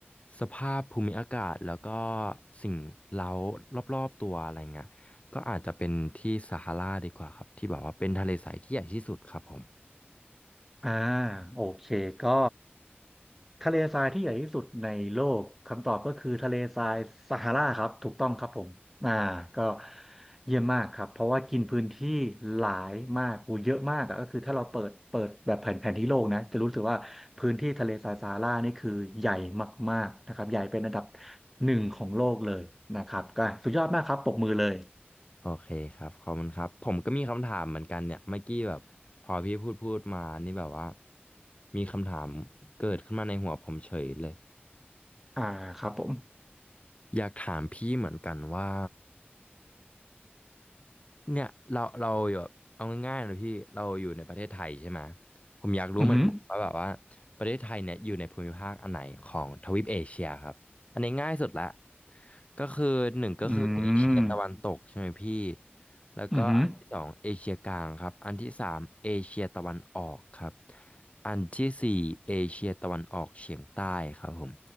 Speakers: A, on the left; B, in the centre.
A: สภาพภูมิอากาศแล้วก็สิ่งเร้ารอบๆตัวอะไรเงี้ยก็อาจจะเป็นที่ซาฮาราดีกว่าครับที่แบบว่าเป็นทะเลใสที่ใหญ่ที่สุดครับผม
B: อ่าโอเคก็ทะเลทรายที่ใหญ่ที่สุดในโลกคำตอบก็คือทะเลทรายซาฮาราครับถูกต้องครับผมอ่าก็เยี่ยมมากครับเพราะว่ากินพื้นที่หลายมากอูเยอะมากอะก็คือถ้าเราเปิดเปิดแบบแผนแผนที่โลกนะจะรู้สึกว่าพื้นที่ทะเลทรายซาฮารานี่คือใหญ่มากๆนะครับใหญ่เป็นอันดับหนึ่งของโลกเลยนะครับก็สุดยอดมากครับปรบมือเลย
A: โอเคครับขอบคุณครับผมก็มีคำถามเหมือนกันเนี่ยเมื่อกี้แบบพอพี่พูดพูดมานี่แบบว่ามีคำถามเกิดขึ้นมาในหัวผมเฉยเลย
B: อ่าครับผม
A: อยากถามพี่เหมือนกันว่า เนี่ยเราเราอยู่แบบเอาง่ายๆเลยพี่เราอยู่ในประเทศไทยใช่ไหมผมอยากรู้เหมือนกันว่าแบบว่า
B: อือหือ
A: ประเทศไทยเนี่ยอยู่ในภูมิภาคอันไหนของทวีปเอเชียครับอันนี้ง่ายสุดละก็คือหนึ่งก็คือเอเชียตะวันตกใช่ไหมพี่
B: อืม
A: แล้วก็อันที่สองเอเชียกลางครับอันที่สามเอเชียตะวันออกครับ
B: อือหือ
A: อันที่สี่เอเชียตะวันออกเฉียงใต้ครับผม